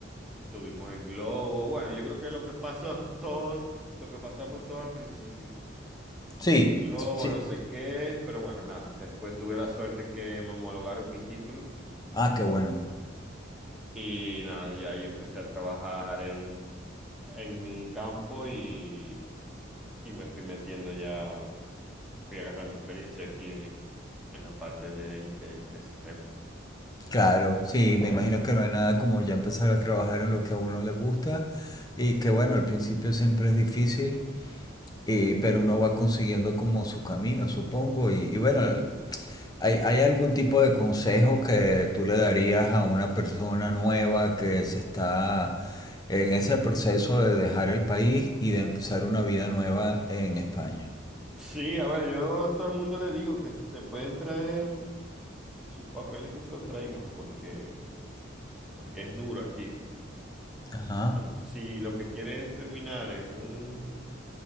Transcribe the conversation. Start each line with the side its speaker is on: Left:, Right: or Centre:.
Centre: Estuvimos en globo. Bueno, yo creo que lo que pasó <laughs> todo, lo que pasamos todo al principio.
Left: Sí,
Centre: En globo,
Left: sí.
Centre: no sé qué, pero bueno, nada. Después tuve la suerte que me homologaron mi título
Left: Ah, qué bueno.
Centre: y nada, ya ahí empecé a trabajar en, en mi campo y, y me fui metiendo ya, fui agarrando experiencia aquí en, en la parte de IT, de sistemas.
Left: Claro, sí, me imagino que no hay nada como ya empezar a trabajar en lo que a uno le gusta y que bueno, al principio siempre es difícil, y, pero uno va consiguiendo como su camino, supongo, y, y bueno, ¿Hay, hay algún tipo de consejo que tú le darías a una persona nueva que se está eh, en ese proceso de dejar el país y de empezar una vida nueva en España?
Centre: Sí, a ver, yo a todo el mundo le digo que si se pueden traer sus papeles que se lo traigan, porque porque es duro aquí, tío.
Left: Ajá.
Centre: Am- Si lo que quieres es terminar en un...